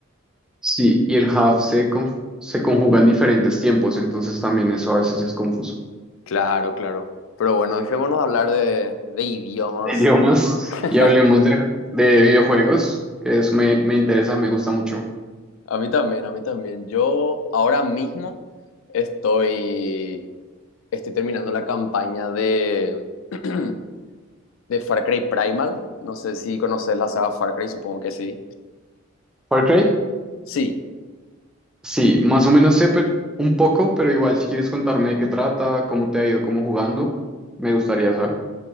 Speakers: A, in the centre; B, on the left.
A: Sí, y el have se, conf- se conjugan diferentes tiempos, entonces también eso a veces es confuso.
B: Claro, claro. Pero bueno, dejémonos hablar de, de idiomas.
A: De idiomas,
B: <laughs>
A: y hablemos de, de videojuegos, que eso me, me interesa, me gusta mucho.
B: A mí también, a mí también. Yo ahora mismo estoy, estoy terminando la campaña de, <clears throat> de Far Cry Primal. No sé si conoces la saga Far Cry, supongo que sí.
A: Far Cry.
B: Sí,
A: Sí, más o menos sé pero- un poco, pero igual si quieres contarme de qué trata, cómo te ha ido, cómo jugando, me gustaría saber.